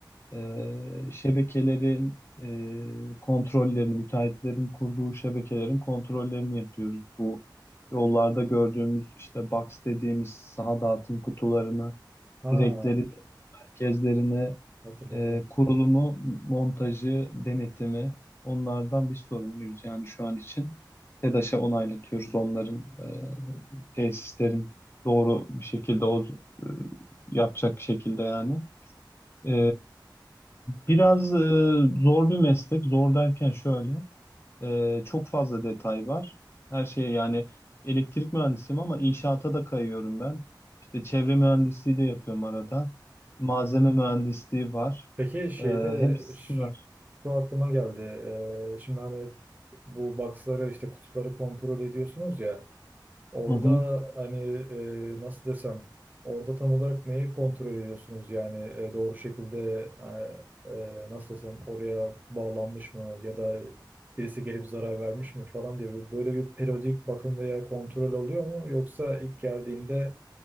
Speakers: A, on the left (about 30°); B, on the right (about 20°).
A: e, şebekelerin e, kontrollerini, müteahhitlerin kurduğu şebekelerin kontrollerini yapıyoruz. Bu yollarda gördüğümüz işte box dediğimiz saha dağıtım kutularını,
B: Ha
A: direkleri, merkezlerini,
B: hatırladım.
A: e, kurulumu, montajı, denetimi onlardan biz sorumluyuz yani şu an için. TEDAŞ'a onaylatıyoruz onların e, tesislerin doğru bir şekilde o, e, yapacak şekilde yani. Ee, biraz e, zor bir meslek. Zor derken şöyle, e, çok fazla detay var. Her şey yani elektrik mühendisiyim ama inşaata da kayıyorum ben. İşte çevre mühendisliği de yapıyorum arada. Malzeme mühendisliği var.
B: Peki şeyde
A: Ee, hepsi
B: ş-
A: var.
B: şu aklıma geldi. Ee, şimdi hani bu box'ları işte kutuları kontrol ediyorsunuz ya. Orada
A: Hı hı.
B: hani e, nasıl desem orada tam olarak neyi kontrol ediyorsunuz yani E, doğru şekilde e, e, nasıl desem oraya bağlanmış mı ya da birisi gelip zarar vermiş mi falan diye bu böyle bir periyodik bakım veya kontrol oluyor mu yoksa ilk geldiğinde